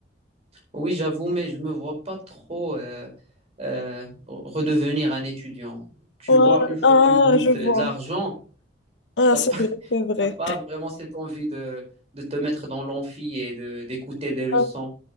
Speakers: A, on the right (about 35°); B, on the left (about 80°).
A: oui, j'avoue, mais je me vois pas trop euh, euh, redevenir un étudiant. Tu
B: Ouais,
A: vois, une fois
B: ah,
A: que tu goûtes
B: je vois.
A: euh, de l'argent,
B: Ah,
A: t'as
B: c'est
A: pas, <laughs>
B: vrai, c'est vrai.
A: t'as pas vraiment cette envie de, de te mettre dans l'amphi et de, d'écouter des leçons.
B: Ah,